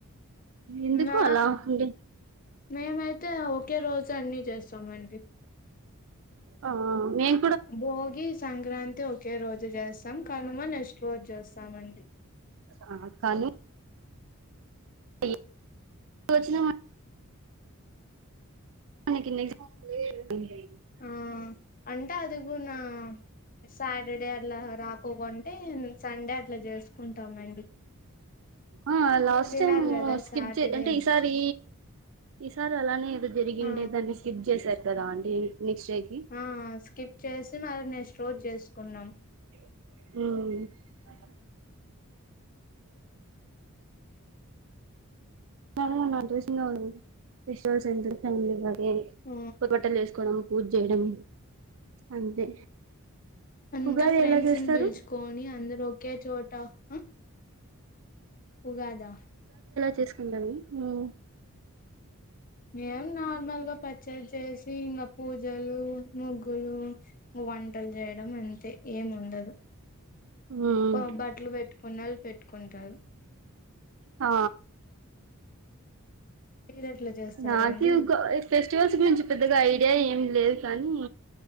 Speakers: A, on the right (about 60°); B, on the left (about 40°).
A: ఎందుకు
B: నా
A: అలా అండి
B: మేమైతే ఒకే రోజు అన్ని చేస్తామండి
A: ఆ మేం
B: బోగి సంక్రాంతి ఒకే రోజు జేస్ మ్ కనుమ నెస్ట్ రోజు చేస్తామండి
A: ఆ కను <unintelligible> దానికి <unintelligible>
B: ఆ అంటే అది గునా సాటర్డే అట్లా రాకోకుంటే సండే అట్లా చేసుకుంటామండి
A: ఆ లాస్ట్
B: తినరు
A: టైమ్
B: కదా
A: స్కిప్
B: సాటర్డే
A: చే అంటే ఈసారి ఈసారి అలానే ఏదో జరిగిండే
B: ఆ
A: దాన్ని స్కిప్ చేసారు కదా అండి నెక్స్ట్ డేకి
B: ఆ స్కిప్ చేసి మరి నేస్ట్రోజ్ చేసుకున్నాం
A: హ్మ్ ఆ ఆ నా డ్రెస్ ఫెస్టివల్స్ అయిన తర్వాత ఏయ్
B: ఆ
A: కొత్త బట్టలు వేసుకోవడం పూజ చేయడం అంతే
B: అంతా
A: ఉగాది
B: ఫ్రెండ్స్
A: ఎలా చేస్తారు
B: ని పిలుచుకొని అందరు ఒకే చోట ఆ ఉగాదా
A: చేసుకుంటాను మ్మ్
B: మేం నార్మల్గా పచ్చడి చేసి ఇంగ పూజలు ముగ్గులు వంటలు చేయడం అంతే ఏం ఉండదు
A: ఉమ్
B: కో బట్టలు పెట్టుకున్నళ్ళు పెట్టుకుంటరు
A: ఆ
B: మీరు ఎట్లా చేస్తారండి
A: నాకి ఒక ఇ ఫెస్టివల్స్ గురించి పెద్దగా ఐడియా ఏం లేద్ కానీ